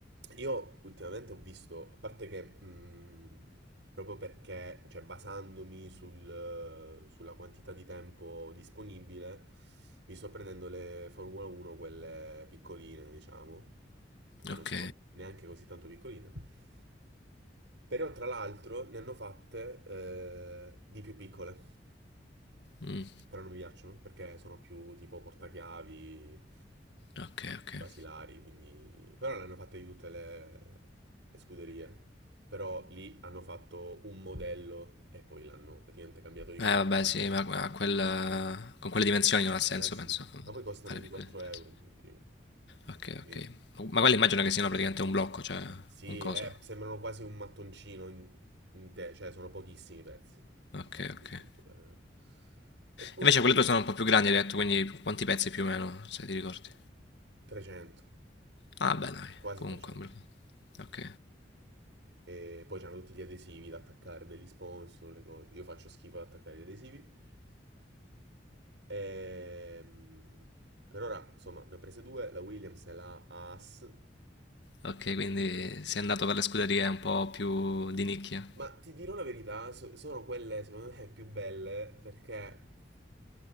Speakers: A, on the right (about 80°); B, on the left (about 65°).
A: io ultimamente ho visto, a parte che mh, proprio perché, cioè basandomi sul, eh, sulla quantità di tempo disponibile, mi sto prendendo le Formula 1, quelle piccoline, diciamo, che poi
B: Ok,
A: non sono neanche così tanto piccoline. Però tra l'altro ne hanno fatte eh, di più piccole,
B: Mm,
A: però non mi piacciono perché sono più tipo portachiavi,
B: ok, ok.
A: basilari, quindi... Però le hanno fatte di tutte le, le scuderie, però lì hanno fatto un modello e poi l'hanno praticamente cambiato di
B: Eh,
A: colore
B: vabbè,
A: per
B: sì,
A: ogni cosa.
B: ma a quel, eh, con quelle dimensioni non ha senso,
A: Eh sì,
B: penso,
A: ma poi costano
B: fare
A: sui
B: piccole
A: 4
B: differenze.
A: euro, tipo.
B: Ok,
A: Quindi...
B: ok. Ma quelle immagino che siano praticamente un blocco, cioè
A: Sì,
B: un coso.
A: eh, sembrano quasi un mattoncino in, in te, cioè sono pochissimi pezzi.
B: Ok,
A: Sono pochi,
B: ok.
A: appunto per... eh. E poi
B: Invece quelle tue sono un po' più grandi, hai detto, quindi quanti pezzi più o meno, se ti ricordi?
A: 300,
B: Ah, beh, dai,
A: quasi
B: comunque.
A: 300.
B: un bel po'. Ok,
A: E poi c'hanno tutti gli adesivi da attaccare, degli sponsor, le cose. Io faccio schifo ad attaccare gli adesivi. Ehm, per ora, insomma, ne ho prese due, la Williams e la Haas.
B: ok, quindi sei andato per le scuderie un po' più di nicchia.
A: Ma ti dirò la verità, so- sono quelle secondo me più belle perché